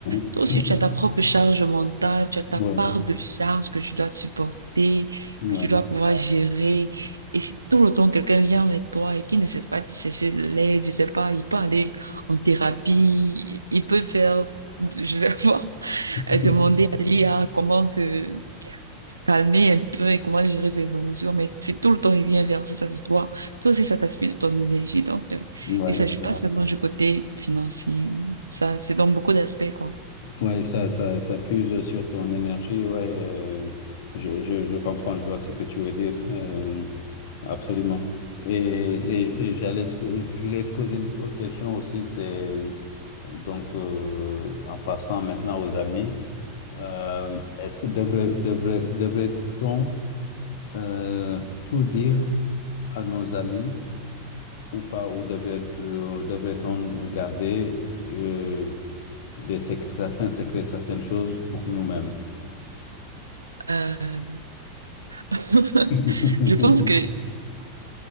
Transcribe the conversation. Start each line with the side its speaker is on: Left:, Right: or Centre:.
Left: <laughs>
Right: Toi aussi, tu as ta propre charge mentale, tu as ta
Left: oui,
Right: part de charge que tu dois supporter,
Left: oui,
Right: que tu dois pouvoir gérer. Et si tout le temps quelqu'un vient avec toi et qui ne sait pas te chercher de l'aide, je sais pas, il peut aller en thérapie, il peut faire, <laughs> je sais pas, <laughs>
Left: <laughs>
Right: euh, demander à l'IA comment se calmer un peu et comment gérer ses émotions. Mais si tout le temps il vient verser ça sur toi, toi aussi, ça t'aspire de ton énergie. Donc, euh,
Left: oui,
Right: il s'agit
Left: ça,
Right: pas seulement du côté financier, ça, c'est dans beaucoup d'aspects, quoi.
Left: Ouais, ça, ça, ça puise sur ton énergie. Ouais, euh, je, je, je comprends, je vois ce que tu veux dire. euh, absolument. Et, et, et j'allais te- je voulais te poser une autre question aussi. C'est euh, donc euh, en passant maintenant aux amis, euh, est-ce que devrait, devrait, devrait-on euh, tout dire à nos amis? ou pas, ou devrait, euh, devrait-on garder euh, des sec- certains secrets, certaines choses pour nous-mêmes?
Right: Euh, <laughs>
Left: <laughs>
Right: je pense que,